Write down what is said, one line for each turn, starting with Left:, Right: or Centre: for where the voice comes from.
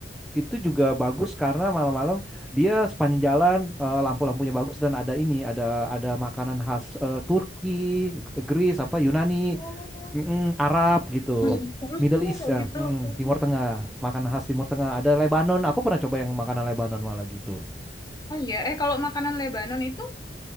Centre: itu juga bagus karena malam-malam dia sepanjang jalan eh, lampu-lampunya bagus dan ada ini ada ada makanan khas eh, Turki, G- Greece apa Yunani
Left: Oh,
Centre: Mm-mm, Arab gitu,
Left: oh iya, terus
Centre: Middle
Left: sih
Centre: East
Left: kayak
Centre: ya,
Left: gitu.
Centre: Mm-mm,
Left: Oke.
Centre: Timur Tengah, makanan khas Timur Tengah. Ada Lebanon, aku pernah coba yang makanan Lebanon malah gitu.
Left: Oh iya, eh kalau makanan Lebanon itu